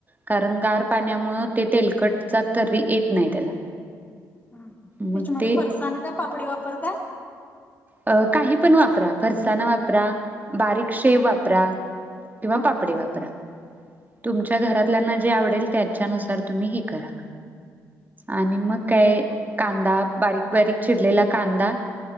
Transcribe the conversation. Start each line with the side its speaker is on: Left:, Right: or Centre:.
Right: कारण गार
Left: हा
Right: पाण्यामुळ, ते तेलकटचा, तरी येत नही त्याला.
Left: हाका, त्याच्यामध्ये
Right: मग ते
Left: फरसाण का, पापडी वापरतात?
Right: अ काही पण वापरा, फरसान वापरा, बारीक शेव वापरा किंवा
Left: हा
Right: पापडी
Left: चालेल
Right: वापरा, तुमच्या घरात ज्यांना, जे आवडेल त्याच्यानुसार, तुम्ही हे करा, आणि मग काय कांदा, बारीक-बारीक चिरलेला कांदा